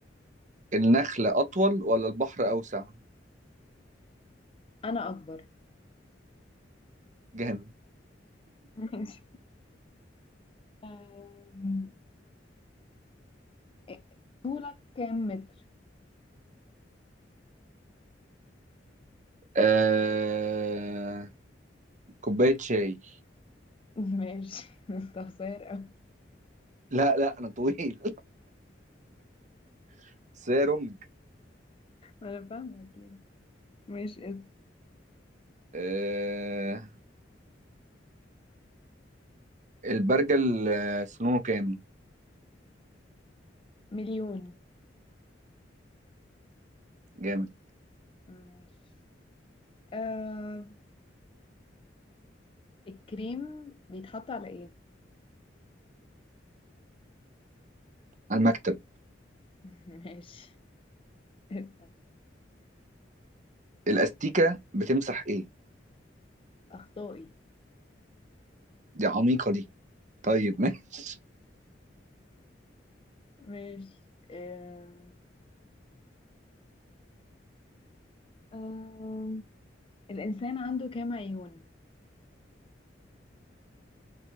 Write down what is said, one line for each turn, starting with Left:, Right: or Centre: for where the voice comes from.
Right: النخلة أطول ولا البحر أوسع
Left: أنا أكبر
Right: جامد
Left: <laughs> ماشي أم... إيه- طولك كام متر
Right: آه... كوباية شاي
Left: <laughs> ماشي انت قصير أوي
Right: لا لا أنا طويل <laughs> سيرم
Left: أنا فاهمة كده ماشي اسم
Right: آه، البرجل آه، سنونه كام
Left: مليون
Right: جامد
Left: ماشي أم... الكريم بيتحط على إيه
Right: على المكتب
Left: <laughs> ماشي اسأل.
Right: الاستيكه بتمسح ايه
Left: أخطائي
Right: دي عميقه دي طيب ماشي <laughs>
Left: ماشي آه. آه. الإنسان عنده كام عيون